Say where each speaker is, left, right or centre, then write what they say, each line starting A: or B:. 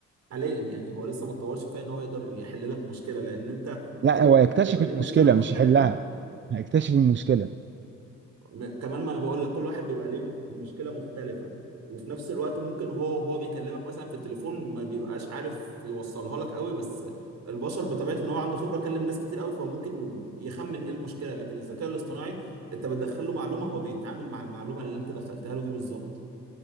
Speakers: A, on the right; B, on the right.
A: حاليا يعني هو لسه ما اتطورش كفايه إن هو يقدر يحل لك مشكلة لأن أنت
B: لا
A: كل
B: هو
A: واحد
B: يكتشف
A: بيبقى
B: المشكله
A: ليه مشكلة مختلفة
B: مش يحلها هيكتشف المشكله
A: م- كمان ما انا بقول لك كل واحد بيبقى ليه م- مشكله مختلفه وفي نفس الوقت ممكن هو وهو بيكلمك مثلا في التليفون ما بيبقاش عارف يوصلها لك قوي بس البشر بطبيعه ان هو عنده خبره كلم ناس كتير قوي فهو ممكن يخمن ايه المشكله لكن الذكاء الاصطناعي انت بتدخل له معلومه هو بيتعامل مع المعلومه اللي انت دخلتها له دي بالظبط